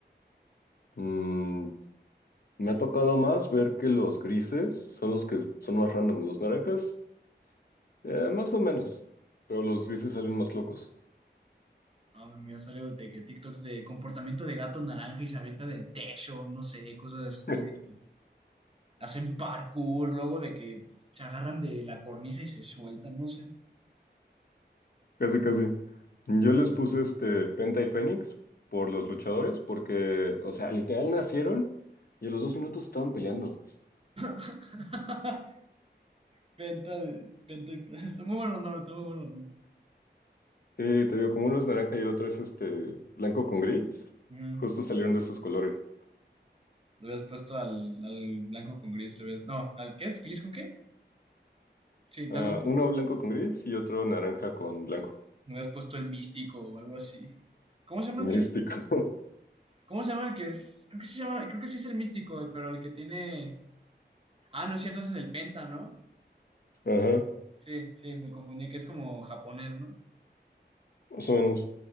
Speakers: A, on the left; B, on the right.
A: Mm, me ha tocado más ver que los grises son los que son más random. Los naranjas Eh, más o menos, pero los grises salen más locos.
B: No, me me salió de que TikToks de comportamiento de gato naranja y se avienta del techo, no sé, cosas así.
A: <laughs>
B: hacen parkour, luego de que se agarran de la cornisa y se sueltan, no sé.
A: Casi, casi. Yo les puse este Penta y Fénix por los luchadores, porque, o sea, literal nacieron y a los dos minutos estaban peleando.
B: <laughs> Penta, penta y <laughs> Está muy bueno el nombre, está muy bueno el nombre.
A: Sí, te digo, como uno es naranja y el otro es este blanco con gris,
B: Mm,
A: justo salieron de esos colores.
B: Lo hubieras puesto al, al blanco con gris, lo hubieras- No, ¿al qué es? ¿Gris con qué? Sí,
A: Ah,
B: blanco con
A: uno
B: gris.
A: blanco con gris y otro naranja con blanco.
B: Lo hubieras puesto el místico o algo así. ¿Cómo se llama
A: El
B: el
A: místico.
B: que es?
A: <laughs>
B: ¿Cómo se llama el que es? Creo que sí se llama, creo que sí es el místico, el- pero el que tiene. Ah, no es cierto, ese es el penta, ¿no?
A: Ajá,
B: Sí, sí, me confundí, que es como japonés, ¿no?
A: más o menos.